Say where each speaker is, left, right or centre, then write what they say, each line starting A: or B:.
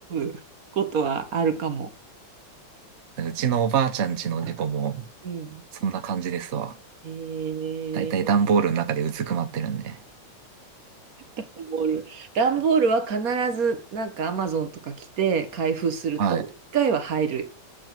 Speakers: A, on the right; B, on the right.
A: ぶ <laughs> ことはあるかも。
B: うちのおばあちゃんちの猫も、
A: うん。
B: そんな感じですわ。
A: えー、
B: だいたい段ボールの中でうずくまってるんで。
A: 段ボール。段ボールは必ず、なんかアマゾンとか来て開封すると、
B: はい。
A: 一回は入る。